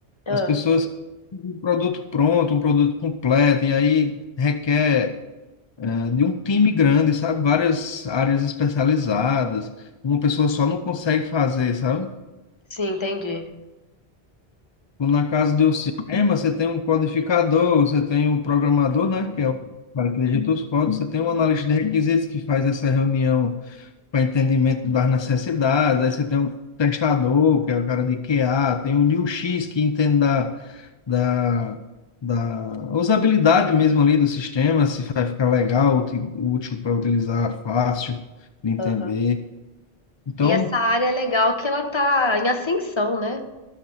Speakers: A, on the left (about 30°); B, on the left (about 45°).
A: ah
B: as pessoas um produto pronto, um produto completo e aí requer é, de um time grande, sabe? Várias áreas especializadas. Uma pessoa só não consegue fazer, sabe?
A: Sim, entendi.
B: Como na casa do cinema, você tem um codificador, você tem um programador, né? Que é o cara que digita os códigos, você tem um analista de requisitos que faz essa reunião para entendimento das necessidades, aí você tem um testador, que é o cara de QA, tem o UX que entende da da, da usabilidade mesmo ali do sistema, se vai ficar legal, uti- útil para utilizar, fácil de entender.
A: Aham.
B: Então,
A: E essa área é legal que ela tá em ascensão, né?